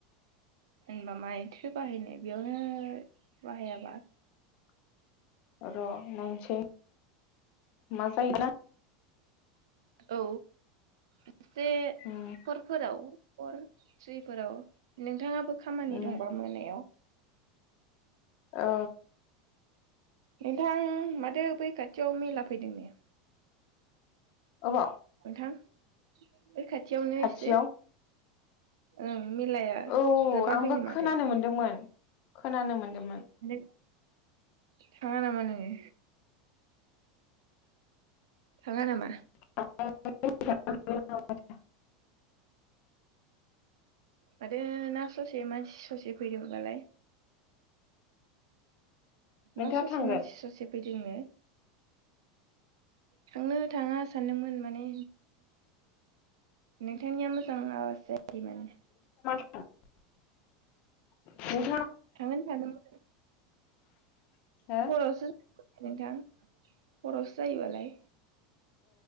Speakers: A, on the right (about 85°); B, on the left (about 55°).
A: होनबा माइथ्रो बाहायनो बेयावनो बाहायाबा
B: र नायनोसै मा जायो ना
A: औ एसे
B: उम
A: हरफोराव हर फ्रिफोराव नोंथाङाबो खामानि
B: उम
A: दंबा मोनायाव
B: औ
A: नोंथां माथो बै खाथियाव मेला फैदों नो।
B: अबाव?
A: थां बे खाथियावनो
B: खाथियाव
A: एसे। ओं मेलाया
B: औ
A: जोबाखैनो
B: आंबो खोनानो
A: माथो।
B: मोनदोंमोन खोनानो मोन्दों
A: <unintelligible> थांङा नामा नोंङो? थाङा नामा?
B: <unintelligible>
A: माथो ना ससे मानसि ससे फैदोंबालाय।
B: नोंथाङा
A: ना ससे
B: थांगोन
A: मानसि ससे फैदोंनो। थांनो थांङा सानदोंमोन माने। नोंथांनिया मोजांनांआसे बे माने।
B: <unintelligible>
A: थांगोन सानदोंमोन।
B: थांगोन
A: हरावसो। नोंथां। हरावसो जायोबालाय।